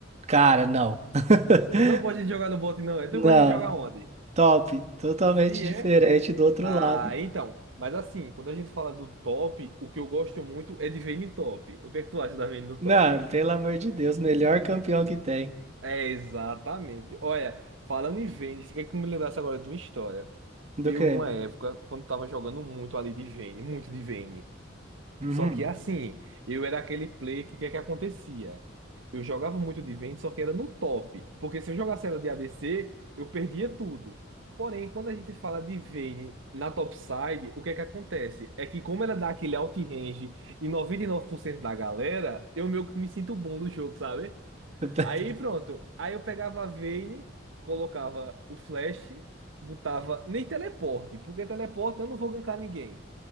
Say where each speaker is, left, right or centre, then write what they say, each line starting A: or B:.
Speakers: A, on the right; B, on the right.
A: Cara, não. <laughs>
B: Não gosta de jogar no bot, não. é? Tu
A: Não,
B: gosta de jogar onde?
A: top. Totalmente
B: E
A: diferente
B: é?
A: do outro
B: Ah,
A: lado.
B: então. Mas assim, quando a gente fala do top, o que eu gosto muito é de Vayne top. O que é que tu acha da Vayne no
A: Não,
B: top, hein?
A: pelo amor de Deus, melhor campeão que tem.
B: É, exatamente. Olha, falando em Vayne, você quer que eu me lembrasse agora de uma história?
A: Do
B: Eu,
A: que?
B: numa época, quando tava jogando muito ali de Vayne, muito de Vayne.
A: Uhum.
B: Só que assim, eu era aquele play que o que é que acontecia? Eu jogava muito de vento, só que era no top. Porque se eu jogasse ela de ADC, eu perdia tudo. Porém, quando a gente fala de Vayne na topside, o que é que acontece? É que como ela dá aquele outrange em 99% da galera, eu meio que me sinto bom no jogo, sabe?
A: <laughs>
B: Aí pronto. Aí eu pegava a Vayne, colocava o flash, botava nem teleporte, porque teleporte eu não vou gankar ninguém.